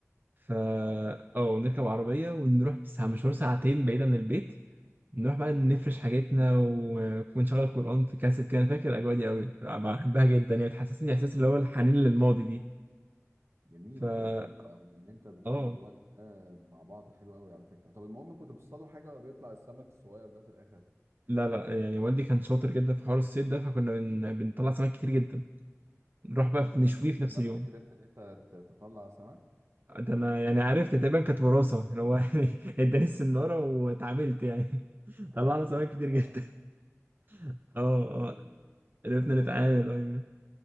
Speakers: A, on the right; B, on the right.
A: فا
B: اه
A: اه نركب عربية ونروح ساعة مشوار ساعتين بعيد عن البيت نروح بقى نفرش حاجتنا و- ونشغل قرآن في كاسيت كده أنا فاكر الأجواء دي أوي بحبها جدا يعني بتحسسني إحساس
B: جميل
A: اللي هو الحنين
B: جدا
A: للماضي دي
B: جميل
A: فا
B: جميل بقى، وان انت بتقضوا
A: اه
B: الوقت ده مع بعض حلو قوي على فكره طب المهم كنتوا بتصطادوا حاجه ولا بيطلع السمك الصغير ده في الاخر
A: لا لا يعني والدي كان شاطر جدا في حوار الصيد ده فكنا بن... بنطلع سمك كتير جدا نروح بقى
B: انت
A: في
B: انت
A: نشويه في نفس
B: بنفسك
A: اليوم
B: قدرت ان انت ت- تطلع سمك
A: ده أنا يعني عرفت تقريبا كانت وراثة اللي هو <laughs> يعني اداني السنارة واتعاملت يعني <laughs>
B: على
A: طلعنا
B: طول
A: سمك كتير جدا
B: اه
A: <laughs>
B: طيب
A: اه
B: كويس جدا
A: اه عرفنا
B: كويس
A: نتعامل اه